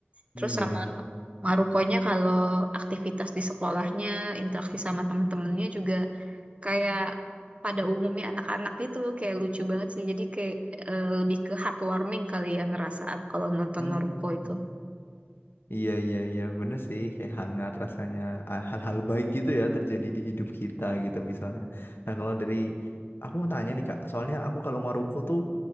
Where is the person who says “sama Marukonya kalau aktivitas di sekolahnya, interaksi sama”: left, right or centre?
Right